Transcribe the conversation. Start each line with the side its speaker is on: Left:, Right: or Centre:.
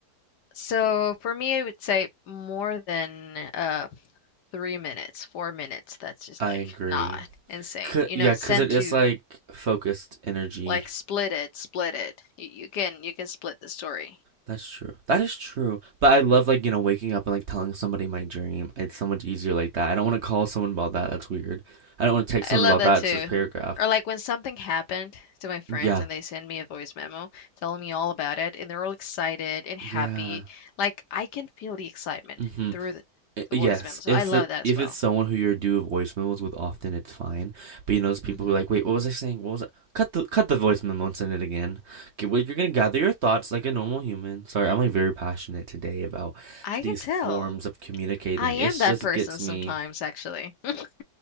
Left: So for me, I would say more than uh three minutes, four minutes. That's just
Right: I
Left: like
Right: agree.
Left: not insane.
Right: C
Left: You know, send
Right: cause it is
Left: to
Right: like focused energy.
Left: like split it, split it. You, you can you can split the story.
Right: That's true. That is true. But I love like, you know, waking up and like telling somebody my dream. It's so much easier like that. I don't want to call someone about that. That's weird. I don't want to text
Left: I
Right: someone
Left: love
Right: about
Left: that
Right: that.
Left: too.
Right: It's just a paragraph.
Left: Or like when something happened to my friends
Right: Yeah.
Left: and they send me a voice memo telling me all about it and they're all excited and happy.
Right: Yeah.
Left: Like I can feel the excitement
Right: hmm
Left: through the,
Right: I-
Left: the
Right: Yes,
Left: voice memo. So
Right: if
Left: I love
Right: the,
Left: that as
Right: if
Left: well.
Right: it's someone who you are do voice memos with often, it's fine. But you know, those people
Left: hmm
Right: who are like, wait, what was I saying? What was I? Cut the cut the voice memo and send it again. Okay, well, you're gonna gather your thoughts like a normal human. Sorry, I'm like very passionate today about
Left: I
Right: these
Left: can tell.
Right: forms of communicating.
Left: I am
Right: It
Left: that
Right: just
Left: person
Right: gets me.
Left: sometimes, actually. <laughs>